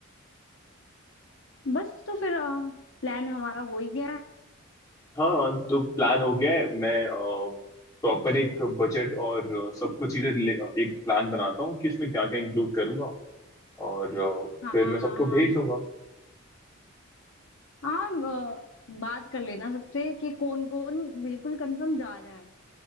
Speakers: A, on the left; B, on the left.
A: बस तो फिर प्लान हमारा हो ही गया है
B: हाँ तो प्लान हो गया है मैं प्रॉपर एक बजट और अ, सब कुछ चीजें ले- अ, एक प्लान बनाता हूँ कि इसमें क्या क्या इंक्लूड करूंगा और अ,
A: हाँ
B: फिर
A: हाँ
B: मैं सबको
A: हाँ
B: भेज दूंगा
A: हाँ अ, बात कर लेना सबसे कि कौन कौन बिल्कुल कंफर्म जा रहा है